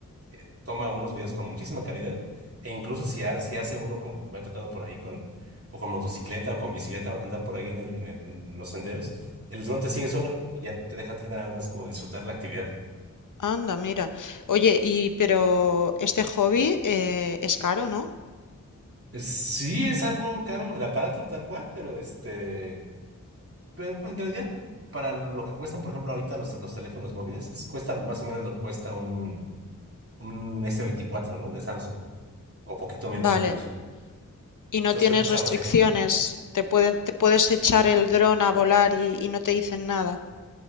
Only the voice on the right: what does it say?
eh, toma unos videos con muchísima calidad. E incluso si, ha- si hace uno, como me ha tocado por ahí con, o con motocicleta o con bicicleta, andar por ahí en el, en el- en los senderos, el dron te sigue solo y ya te deja a ti nada más como disfrutar la actividad.
Es- Sí es algo caro el aparato tal cual, pero este, pero en realidad para lo que cuestan, por ejemplo, ahorita los, los teléfonos móviles, es- cuesta más o menos lo que cuesta un, un s veinticuatro ¿no? De Samsung, o poquito menos
incluso.
Entonces
creo que es
algo asequible.